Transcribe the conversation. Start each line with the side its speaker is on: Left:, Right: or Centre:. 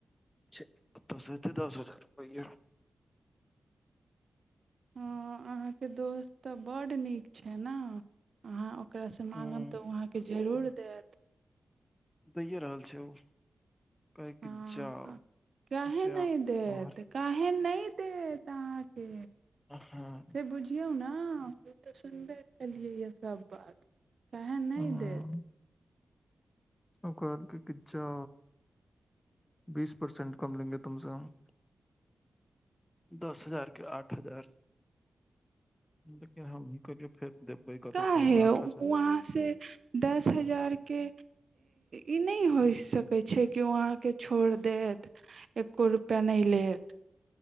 Left: छय कतय स एतय दस हजार रुपया
Right: हँ अहाँके दोस्त तऽ बड्ड नीक छै ने अहाँ ओकरासँ माँगम
Left: हूँ
Right: तऽ ओ अहाँके जरूर देत
Left: दैए रहल छै ओ कहै कि
Right: ह
Left: जाउ
Right: काहे
Left: जा
Right: नहि देत
Left: तुम्हार
Right: काहे नहि देत देत अहाँ के
Left: हँ
Right: से बुझिहो ना तऽ सुनबै केलिये या असाबाद कह नहि
Left: हूँ
Right: देत
Left: ओ कहल क अच्छा बीस परसेंट कम लेंगे तुम से हम दस हजार के आठ हजार देखियऔ हम ह करियए फेर देबै कतऽसँ
Right: काहे
Left: हम आठ
Right: उ
Left: हजार
Right: अहाँ से दस हजार के ई नहि होइ सकै छै कि ओ अहाँके छोड़ि देत एक्को रुपैआ नहि लेत